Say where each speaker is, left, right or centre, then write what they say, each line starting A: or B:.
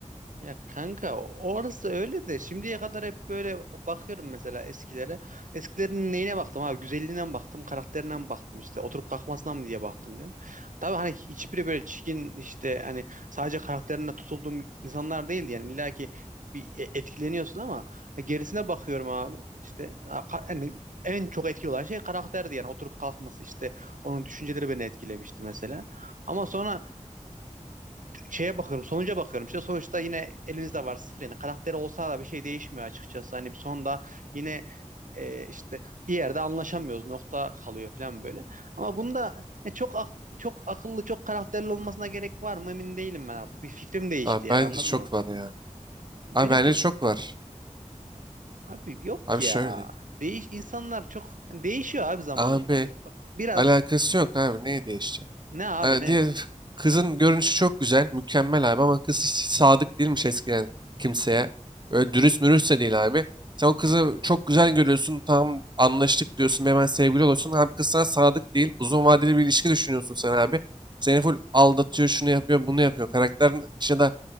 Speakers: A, on the right; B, on the right.
A: Ya kanka orası öyle de şimdiye kadar hep böyle bakıyorum mesela eskilere. Eskilerin neyine baktım abi? Güzelliğine mi baktım, karakterine mi baktım işte oturup kalkmasına mı diye baktım diyor. Tabii hani hiçbiri böyle çirkin işte hani sadece karakterine tutulduğum insanlar değildi yani illa ki bir e, etkileniyorsun ama gerisine bakıyorum abi. İşte ka- yani en çok etkili olan şey karakterdi yani oturup kalkması işte onun düşünceleri beni etkilemişti mesela. Ama sonra şeye bakıyorum, sonuca bakıyorum. İşte sonuçta yine elinizde var sıfır yani. Karakteri olsa da bir şey değişmiyor açıkçası. Hani sonunda yine e, işte bir yerde anlaşamıyoruz. Nokta kalıyor falan böyle. Ama bunda e, çok ak- çok akıllı, çok karakterli olmasına gerek var mı emin değilim ben artık. Bir fikrim değişti
B: Abi
A: yani
B: bence
A: anladın
B: çok
A: mı?
B: var ya.
A: Benim
B: Abi bence
A: ki
B: çok var.
A: abi yok
B: Abi
A: ki ya.
B: şöyle.
A: Değiş insanlar çok hani değişiyor abi zamanla.
B: Abi
A: Hani bak, biraz
B: alakası yok abi. Neyi değişecek?
A: ne abi
B: Ee,
A: ne?
B: diğer kızın görünüşü çok güzel, mükemmel abi ama kız hiç sadık değilmiş eskiden kimseye. Öyle dürüst mürüst de değil abi. Sen o kızı çok güzel görüyorsun, tam anlaştık diyorsun, hemen sevgili oluyorsun. Abi kız sana sadık değil, uzun vadeli bir ilişki düşünüyorsun sen abi. Seni full aldatıyor, şunu yapıyor, bunu yapıyor. Karakter ya da